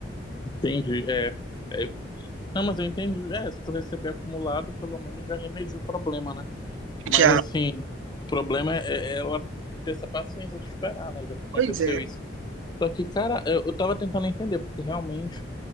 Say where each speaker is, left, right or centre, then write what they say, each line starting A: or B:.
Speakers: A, on the left; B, on the right.
A: entende? É. é, Não, mas eu entendi. É, se tu receber acumulado, pelo menos já remediou o problema, né? Mas
B: Já.
A: assim, o problema é é ela ter essa paciência de esperar, né? Já que aconteceu
B: Pois é.
A: isso. Só que, cara, eu, eu tava tentando entender, porque realmente